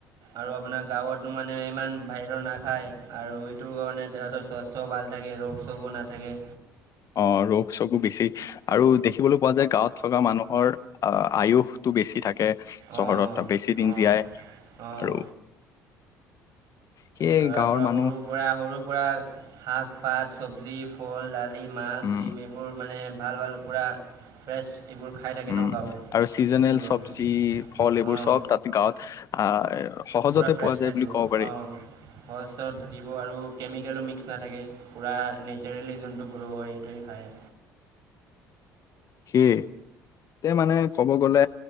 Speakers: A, on the right; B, on the left.
A: আৰু আপোনাৰ গাঁৱত মানে ইমান বাহিৰৰ না খায় আৰু এইটোৰ কাৰণে তেহাঁতৰ স্বাস্থ্যও ভাল থাকে ৰোগ চোগো নাথাকে।
B: অ ৰোগ চোগো বেছি আৰু দেখিবলৈ পোৱা যায় গাঁৱত থকা মানুহৰ আহ আয়ুস টো বেছি থাকে
A: অঁ
B: চহৰত বেছি দিন
A: অঁ
B: জীয়াই
A: অঁ
B: আৰু সেয়ে
A: তাৰ
B: গাঁৱৰ
A: পৰা
B: মানুহ
A: সৰুৰ পৰা সৰুৰ পৰা শাক পাত চবজি ফল দালি মাছ
B: উম
A: ডিম এইবোৰ মানে ভাল ভাল পূৰা ফ্ৰেছ এইবোৰ খাই থাকে
B: উম
A: ন গাঁৱত
B: আৰু চিজনেল
A: সেইটো কাৰণে
B: চবজি ফল এইবোৰ
A: অঁ
B: চব তাত গাঁৱত আহ সহজতে
A: পূৰা ফ্ৰেছ
B: পোৱা যায়
A: থাকিব
B: বুলি ক'ব পাৰি
A: অঁ সহজ থাকিব, আৰু কেমিকেলো মিক্স, নাথাকে পূৰা নেচাৰেলি যোনটো গ্ৰ' হয় সেইটোৱে খায়।
B: সেয়ে তে মানে ক'ব গলে